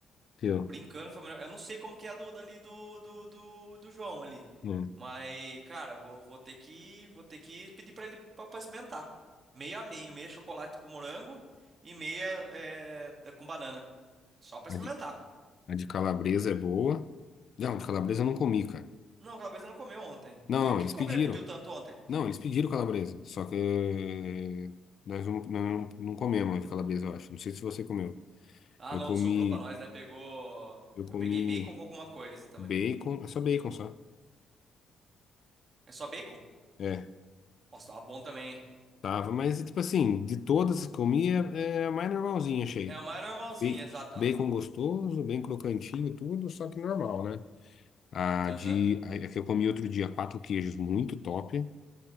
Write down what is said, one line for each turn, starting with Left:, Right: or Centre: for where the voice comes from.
Left: Pior.
Right: Brincando, foi a melhor. Eu não sei como que é a do, dali do, do, do, do João ali.
Left: Hum.
Right: Mas, cara, vou, vou ter que, vou ter que pedir pra ele pra, pra experimentar. Meia a meio, meia chocolate com morango e meia é, com banana. Só pra experimentar.
Left: A de, a de calabresa é boa. Não, de calabresa eu não comi, cara.
Right: Não, aquela vez eu não comeu ontem.
Left: Não,
Right: Comeu
Left: não,
Right: o que
Left: eles
Right: qual
Left: pediram.
Right: que ele pediu tanto ontem?
Left: Não, eles pediram calabresa. Só que nós não, nós não, não comemos a de calabresa, eu acho. Não sei se você comeu.
Right: Ah,
Left: Eu
Right: não,
Left: comi.
Right: não sobrou pra nós, né? Pegou.
Left: Eu comi
Right: Eu peguei bacon com alguma coisa também.
Left: bacon, é só bacon só.
Right: É só bacon?
Left: É,
Right: Nossa, tava bom também.
Left: tava, mas tipo assim, de todas que comi, é, é a mais normalzinha, achei.
Right: É a mais normalzinha,
Left: Bacon,
Right: exata.
Left: bacon gostoso, bem crocantinho, e tudo, só que normal, né? A
Right: Aham.
Left: de, a que eu comi outro dia, quatro queijos, muito top.